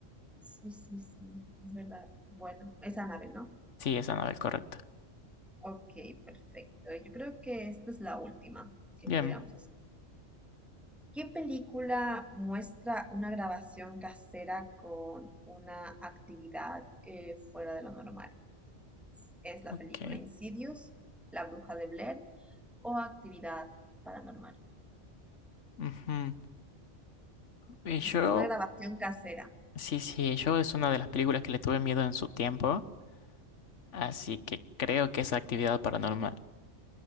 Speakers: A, in the centre; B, on the left.
A: Sí, sí, sí, es verdad. Bueno, es Annabelle, ¿no?
B: Sí, es Annabelle, correcto.
A: Ok, perfecto. Yo creo que esta es la última que
B: Bien,
A: podríamos hacer. ¿Qué película muestra una grabación casera con una actividad eh, fuera de lo normal? es la
B: ok.
A: película Insidious, La Bruja de Blair o Actividad Paranormal.
B: Ujú. Y yo,
A: Es una grabación casera.
B: sí, sí, yo es una de las películas que le tuve miedo en su tiempo, así que creo que es actividad paranormal.